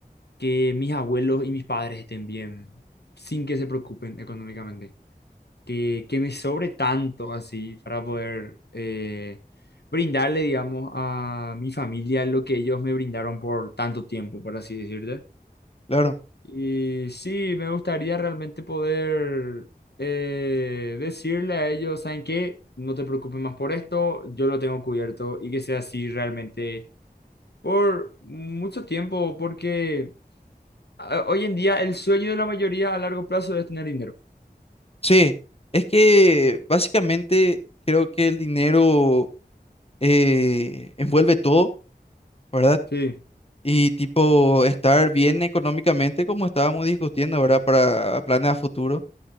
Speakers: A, on the left (about 85°); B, on the left (about 35°).
A: que mis abuelos y mis padres estén bien, sin que se preocupen económicamente. que, que me sobre tanto así para poder eh, brindarle, digamos, a mi familia lo que ellos me brindaron por tanto tiempo, por así decirlo.
B: Claro.
A: Y sí, me gustaría realmente poder eh, decirle a ellos, ¿saben qué? No te preocupes más por esto, yo lo tengo cubierto y que sea así realmente por mucho tiempo, porque ah, hoy en día el sueño de la mayoría a largo plazo es tener dinero.
B: Sí, es que básicamente creo que el dinero eh, envuelve todo, ¿verdad?
A: Sí,
B: Y tipo, estar bien económicamente, como estábamos discutiendo, ¿verdad? Para planes a futuro